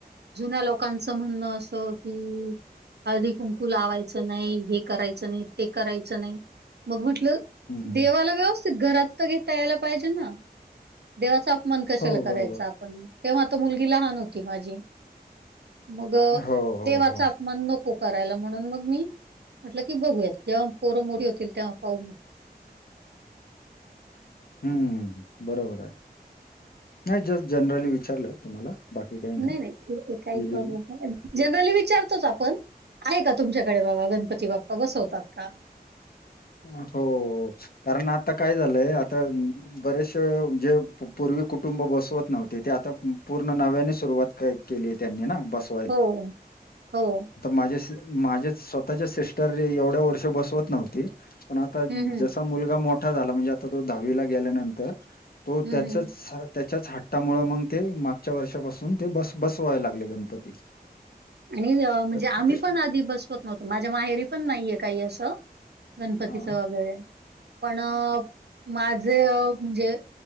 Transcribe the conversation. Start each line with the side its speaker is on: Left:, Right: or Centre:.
Right: जुन्या लोकांच म्हणणं असं कि हळदी कुंकू लावायचं नाही हे करायचं नाही ते करायचं नाही मग म्हटलं
Left: हम्म हम्म
Right: देवाला व्यवस्थित घरात तर घेता यायला पाहिजे ना? देवाचा अपमान कशाला
Left: हो
Right: करायचा
Left: बरोबर
Right: आपण तेव्हा तर मुलगी लहान होती माझी मग
Left: हो हो
Right: देवाचा
Left: हो
Right: आप मग नको करायला म्हणून मग मी म्हटलं की बघूयात जेव्हा पोरं मोठी होतील तेव्हा पाऊ म्हटलं.
Left: हम्म बरोबर आहे नाही जस्ट जनरली विचारलं तुम्हाला? बाकी काही
Right: नाही नाही ठीक आहे काहीच
Left: की
Right: प्रॉब्लेम नाही जनरली विचारतोच आपण आहे का तुमच्याकडे बाबा गणपती बाप्पा बसवतात का?
Left: हो हो कारण आता काय झालंय आता बरेशे जे पूर्वी कुटुंब बसवत नव्हते ते आता पूर्ण नव्याने सुरुवात केली त्यांनी ना बस
Right: हो हो हो
Left: माझे माझे स्वतःचे सिस्टर एवढ्या वर्ष बसवत नव्हती. पण आता
Right: हम्म हम्म
Left: जसा मुलगा मोठा झाला म्हणजे आता तो दहावीला गेल्यानंतर तो
Right: हम्म
Left: त्याचच
Right: हम्म.
Left: ह त्याच्याच हट टा त्यामुळ मंग ते मागच्या वर्षापासून ते बस बसवायला लागले गणपती.
Right: आणि म्हणजे
Left: तर
Right: आम्ही
Left: ते
Right: पण आधी बसवत नव्हतो माझ्या माहेरी पण नाहीये काही अस. गणपतीचं
Left: हा
Right: वगैरे पण माझ म्हणजे